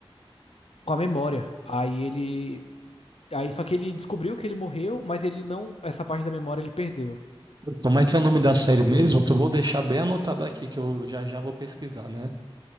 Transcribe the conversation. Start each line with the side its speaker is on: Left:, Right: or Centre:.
Left: Com a memória. Aí ele Aí só que ele descobriu que ele morreu, mas ele não. Essa parte da memória ele perdeu.
Right: Como é que é o nome da série mesmo? Que eu vou deixar bem anotado aqui, que eu já já vou pesquisar, né?